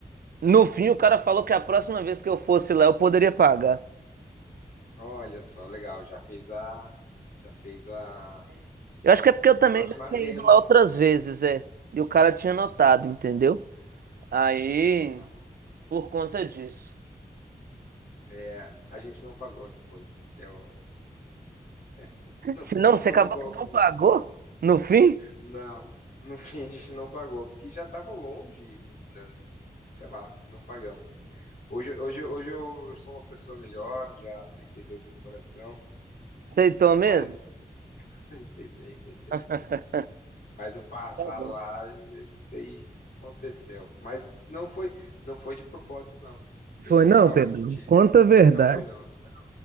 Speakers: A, on the right; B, on the left.
A: No fim, o cara falou que a próxima vez que eu fosse lá, eu poderia pagar.
B: Olha só, legal, já fez a já fez a
A: Eu acho que é porque eu
B: a
A: também
B: próxima
A: já tinha
B: <laughs> venda.
A: ido lá outras vezes, é. E o cara tinha notado, entendeu? Aí,
B: Ah,
A: por conta disso.
B: é, a gente não pagou depois. Eu <laughs> não
A: Se não,
B: ficou
A: você acabou
B: no golpe
A: que não
B: mesmo.
A: pagou? No fim?
B: Não, no fim a gente não pagou, porque já estava longe, não- não- sei lá, não pagamos. Hoje, hoje, hoje eu sou uma pessoa melhor, já aceitei Deus no meu coração,
A: Aceitou
B: mas
A: mesmo?
B: <laughs> aceitei, aceitei,
A: <laughs>
B: aceitei. Mas no passado
A: Tá bom.
B: lá, isso aí aconteceu. Mas não foi, não foi de propósito, não. Bem
A: Foi não,
B: real.
A: Pedro.
B: A gente
A: Conta a verdade.
B: não foi não, não foi não.